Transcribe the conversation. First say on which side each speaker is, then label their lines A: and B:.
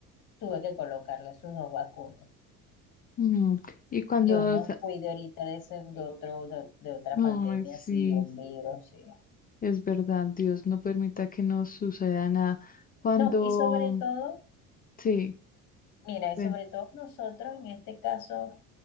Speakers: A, on the left; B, on the left.
A: tuve que colocarle sus dos vacunas.
B: Mm, Y cuando,
A: Dios nos
B: sa-
A: cuide ahorita de ese, de otro, de, de otra
B: Ay,
A: pandemia
B: sí.
A: así, de un virus, sí.
B: Es verdad, Dios no permita que nos suceda nada. Cuando,
A: No, y sobre todo,
B: sí,
A: mira, y
B: ven,
A: sobre todo nosotros en este caso,